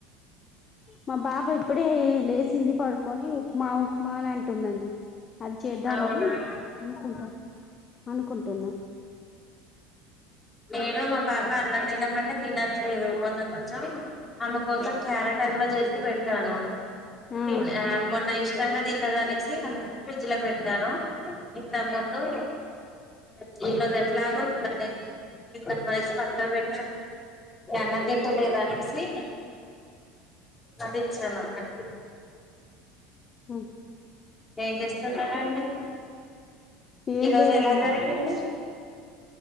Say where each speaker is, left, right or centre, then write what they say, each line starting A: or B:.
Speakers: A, on the left (about 35°); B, on the left (about 20°).
A: మా బాబా ఇప్పుడే లేసింది పడుకొని ఉప్మా ఉప్మా అని అంటుందండి అది చేద్దామని
B: అవునా
A: అనుకుంటా అనుకుంటున్న
B: నేను మా పాప అన్నం తినమంటే తినట్లేదు కొ చెం ఆమె కోసం క్యారెట్ అల్వా చేసి పెట్టాను
A: ఆ
B: తీన మొన్న ఇష్టంగా తిన్నదనేసి అలాగ ఫ్రిడ్జ్ లో పెట్టాను ఇంతముందు <unintelligible> లాగో గాని కింద <unintelligible> పండబె అన్నం తింట లేదు అనేసి అదిచ్చాను అన్నట్టు
A: హు
B: ఏం చేస్తుటడండి
A: ఏం
B: ఈరోజు
A: లేదండి
B: ఎలా జరిగింది